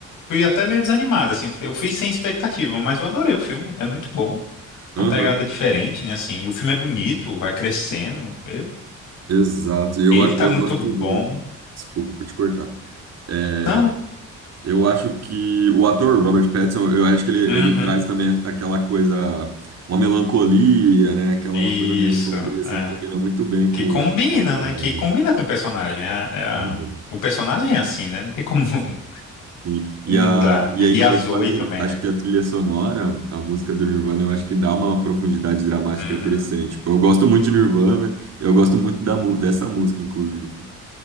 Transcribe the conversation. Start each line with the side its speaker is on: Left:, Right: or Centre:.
Left: fui até meio desanimado, assim. Eu fui sem expectativa, mas eu adorei o filme. É muito bom.
Right: Aham,
Left: Uma pegada diferente, né? Assim, e o filme é bonito, vai crescendo. Eu-
Right: exato. E Eu,
Left: ele tá
Right: eu
Left: muito
Right: gosto
Left: bom.
Right: do. Desculpa, vou te cortar. É,
Left: Não, é-
Right: Eu acho que o ator Robert Pattinson, eu acho que ele,
Left: Uhum.
Right: ele traz também aquela coisa, uma melancolia, né? Aquela
Left: Isso,
Right: uma coisa meio sombria, assim,
Left: é.
Right: que combina muito bem
Left: Que
Right: com,
Left: combina,
Right: com o personagem.
Left: né? Que combina com o personagem. É a- é a-
Right: Exato,
Left: o personagem é assim, né? Não tem como <laughs>
Right: sim. Sim. E,
Left: mudar.
Right: a, e aí,
Left: E
Right: como
Left: a Zoe
Right: eu te falei,
Left: também,
Right: acho
Left: né?
Right: que a trilha sonora, a música do Nirvana, eu acho que dá uma profundidade dramática
Left: Uhum.
Right: interessante. Tipo, eu gosto muito de Nirvana, eu gosto muito da, mu- dessa música, inclusive.